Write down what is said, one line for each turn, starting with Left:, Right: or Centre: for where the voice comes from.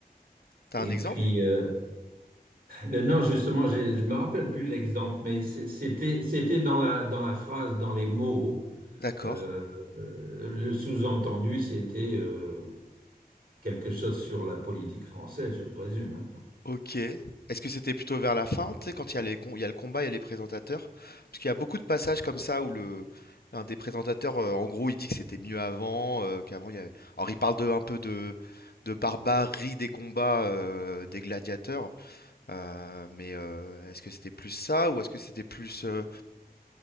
Left: T'as
Right: et
Left: un exemple?
Right: puis euh, mais non justement j'ai- je me rappelle plus l'exemple, mais c'est- c'était c'était dans la dans la phrase, dans les mots,
Left: D'accord.
Right: euh, euh, le sous-entendu c'était euh, quelque chose sur la politique française, je présume. hein.
Left: OK. Est-ce que c'était plutôt vers la fin, tu sais, quand il y a les com il y a le combat, il y a les présentateurs? Parce qu'il y a beaucoup de passages comme ça où le l'un des présentateurs, heu, en gros, il dit que c'était mieux avant, heu, qu'avant il y avait alors il parle de un peu de de barbarie des combats, heu, des gladiateurs, heu, mais heu, est-ce que c'était plus ça ou est-ce que c'était plus, heu